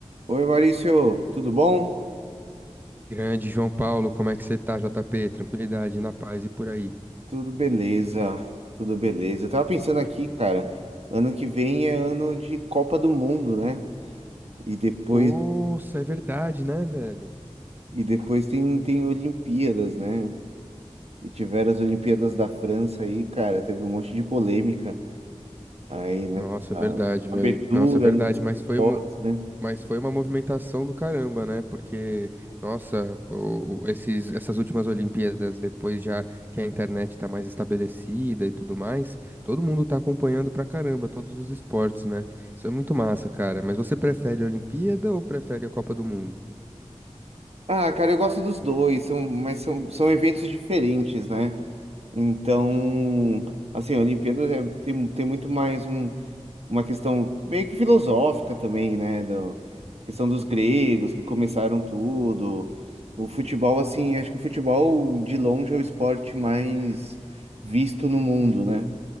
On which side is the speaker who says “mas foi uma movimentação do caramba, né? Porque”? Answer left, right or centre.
Right